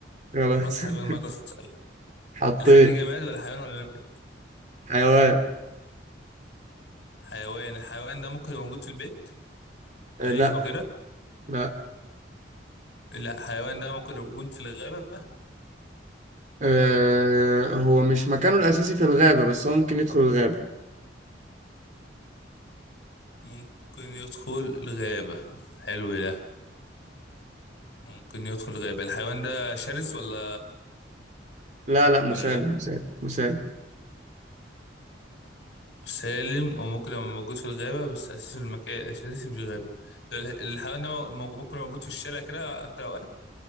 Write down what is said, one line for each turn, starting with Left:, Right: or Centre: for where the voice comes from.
Right: خلاص
Left: حط حاجة
Right: <laughs>
Left: في دماغك واسألك
Right: حطيت
Left: الحاجة دي جماد ولا حيوان ولا نبات؟
Right: حيوان
Left: حيوان الحيوان ده ممكن يبقى موجود في البيت
Right: آه
Left: أليف
Right: لا
Left: أو كده
Right: لا
Left: الحيوان ده ممكن لو كنت في الغابة
Right: آه هو مش مكانه الأساسي في الغابة بس هو ممكن يدخل الغابة
Left: ممكن يدخل الغابة حلو ده ممكن يدخل الغابة الحيوان ده شرس ولا
Right: لا لا مسالم
Left: ولا لأ
Right: مسالم مسالم
Left: سالم وممكن لما موجود في الغابة بس أساسي في المكان أساسي مش الغابة ال- الحيوان ده مو- مو- ممكن يبقى موجود في الشارع كده أكتر أوقات